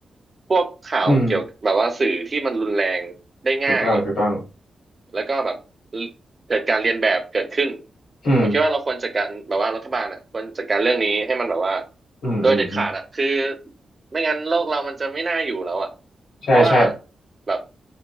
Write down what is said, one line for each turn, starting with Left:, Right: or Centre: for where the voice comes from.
Right: พวกข่าวเกี่ยวกับแบบว่าสื่อที่มันรุนแรงได้ง่าย
Left: อืมถูกต้องถูกต้อง
Right: แล้วก็แบบเกิดการเรียนแบบเกิดขึ้น
Left: อืม
Right: ผมคิดว่าเราควรจัดการแบบว่ารัฐบาลอ่ะควรจัดการเรื่องนี้ให้มันแบบว่า
Left: อืมอืมอืม
Right: โดยเด็ดขาดอ่ะคือไม่งั้นโลกเรามันจะไม่น่าอยู่แล้วอ่ะ
Left: ใช่ใช่
Right: เพราะว่าแบบ